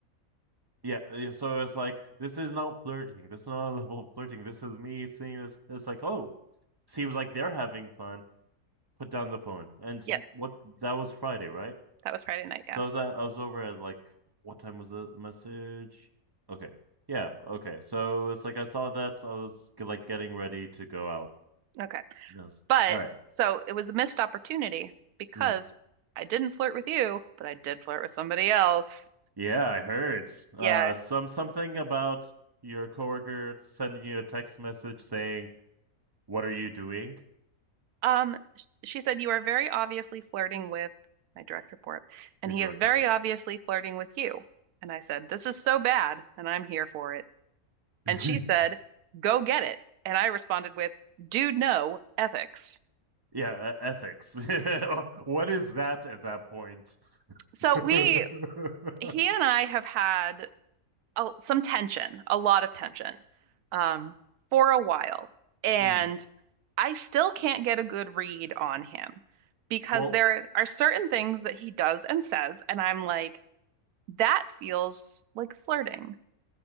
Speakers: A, on the right (about 35°); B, on the right (about 85°).
A: Yeah, yeah, so it's like this is not flirting. This is not a level of flirting. This is me seeing this. It's like, oh, seems like they're having fun. Put down the phone. And
B: Yeah,
A: what that was Friday, right?
B: that was Friday night. Yeah.
A: So I was at, I was over at like what time was the message? Okay, yeah, okay. So it's like I saw that I was like getting ready to go out.
B: Okay.
A: Yes.
B: But
A: All right.
B: so it was a missed opportunity because
A: Hmm.
B: I didn't flirt with you, but I did flirt with somebody else.
A: Yeah, I heard. Uh,
B: Yeah.
A: yeah. some something about your coworker sending you a text message saying what are you doing?
B: Um, sh- she said you are very obviously flirting with my direct report, and
A: Your
B: he
A: director
B: is very
A: part.
B: obviously flirting with you. And I said, this is so bad, and I'm here for it.
A: <laughs>
B: And she said, Go get it. And I responded with, Dude, no ethics.
A: yeah, uh, ethics. <laughs> what is that at that point? <laughs>
B: So
A: mm,
B: we, he and I have had a, some tension, a lot of tension, um, for a while. And
A: mm.
B: I still can't get a good read on him because
A: Well,
B: there are certain things that he does and says. And I'm like, that feels like flirting.